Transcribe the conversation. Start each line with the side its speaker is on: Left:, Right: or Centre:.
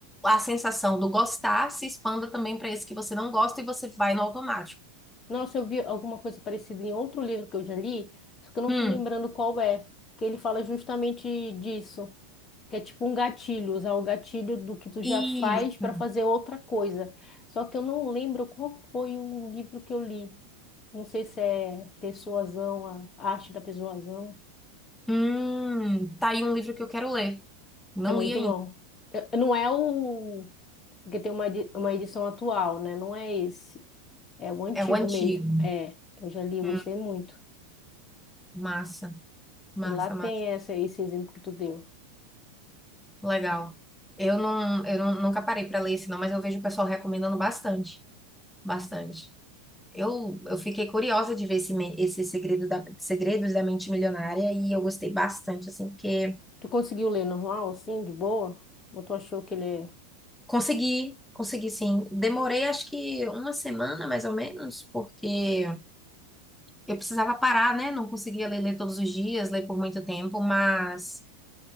Centre: a sensação do gostar se expanda também para esse que você não gosta e você vai no automático.
Left: Nossa, eu vi alguma coisa parecida em outro livro que eu já li, só que eu não
Centre: Hum,
Left: tô lembrando qual é, que ele fala justamente disso, que é tipo um gatilho, usar o gatilho do que tu já
Centre: isso.
Left: faz para fazer outra coisa. Só que eu não lembro qual foi o livro que eu li. Não sei se é Persuasão, a Arte da Persuasão.
Centre: Hum, tá aí um livro que eu quero ler. Não
Left: É muito
Centre: li ainda.
Left: bom. Eu- Não é o... Porque tem uma, edi- uma edição atual, né? Não é esse. É o antigo
Centre: É o antigo.
Left: mesmo. É, eu já li, eu gostei
Centre: Hum,
Left: muito.
Centre: massa, massa,
Left: E lá tem
Centre: massa.
Left: essa, esse exemplo que tu deu.
Centre: Legal. Eu não, eu não- nunca parei para ler esse não, mas eu vejo o pessoal recomendando bastante, bastante. Eu, eu fiquei curiosa de ver esse, me- esse segredo da, Segredos da Mente Milionária e eu gostei bastante, assim, porque
Left: Tu conseguiu ler normal, assim, de boa? Ou tu achou que ele é...
Centre: consegui, consegui sim. Demorei acho que uma semana, mais ou menos, porque eu precisava parar, né? Não conseguia ler, ler todos os dias, ler por muito tempo, mas